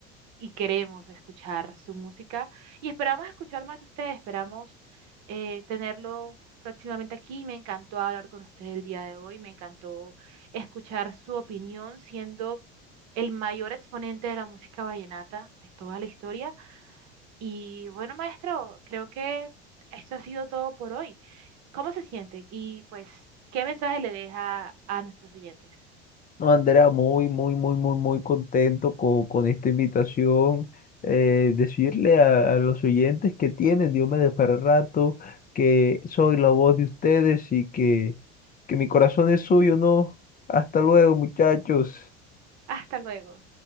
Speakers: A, on the right; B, on the left.
A: y queremos escuchar su música y esperamos escuchar más de usted, esperamos eh, tenerlo próximamente aquí. Me encantó hablar con usted el día de hoy, me encantó escuchar su opinión siendo el mayor exponente de la música vallenata de toda la historia. Y bueno, maestro, creo que esto ha sido todo por hoy cómo se sienten y pues qué mensaje le deja a nuestros oyentes.
B: No, Andrea, muy, muy, muy, muy, muy contento con, con esta invitación. Eh, decirle a, a los oyentes que tienen Diomedes para rato, que soy la voz de ustedes y que, que mi corazón es suyo, ¿no? Hasta luego, muchachos.
A: Hasta luego.